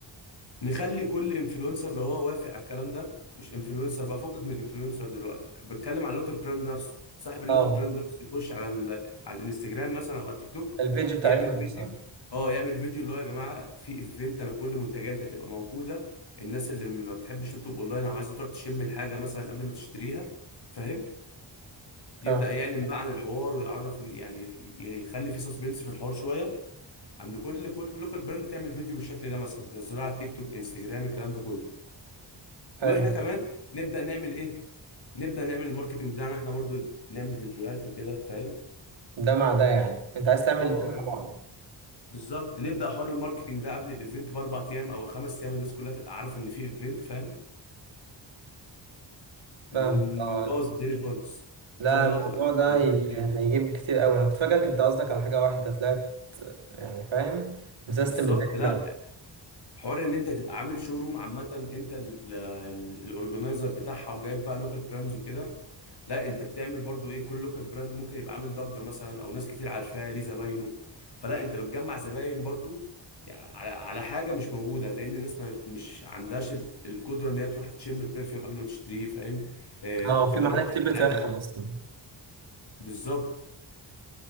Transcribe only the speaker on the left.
نخلي كل انفلونسر لو هو وافق على الكلام ده مش انفلونسر بقى فوقك من الانفلونسر دلوقتي بتكلم على اللوكال براند نفسه صاحب اللوكال
براند نفسه يخش على ال... على الانستجرام مثلا او على التيك توك
يعمل فيديو
اه يعمل فيديو اللي هو يا جماعه في ايفنت انا كل منتجاتي هتبقى موجوده الناس اللي ما بتحبش تطلب اونلاين او عايزه تروح تشم الحاجه مثلا قبل ما تشتريها فاهم يبدأ
يعلن بقى عن الحوار ويعرف إن- يعني في- يخلي في سسبنس في الحوار شوية عند كل كل لوكال براند تعمل فيديو بالشكل ده مثلا تنزله على التيك توك انستجرام الكلام ده كله
واحنا كمان نبدأ نعمل ايه نبدأ نعمل الماركتنج بتاعنا احنا برضو نعمل فيديوهات وكده فاهم
اه
يعني
بالظبط نبدأ حوار الماركتنج ده قبل الايفنت باربع ايام او خمس ايام الناس كلها تبقى عارفة ان في ايفنت فاهم ونبوظ
الدنيا خالص
ان شاء الله
تبقى فتحة
خير
بالظبط
لا
حوار ان انت تبقى عامل شو روم عامه انت الاورجنايزر بتاعها وجايب بقى لوكال براندز وكده لا انت بتعمل برضو ايه كل لوكال براند ممكن يبقى عامل ضجه مثلا او ناس كتير عارفاه ليه زباينه فلا انت بتجمع زباين برضو يع- على على حاجه مش موجوده لان الناس ما مش عندهاش ال- القدره ان هي تروح تشم البرفيوم قبل ما تشتريه فاهم آه،
تجرب
كل
حاجه
بالظبط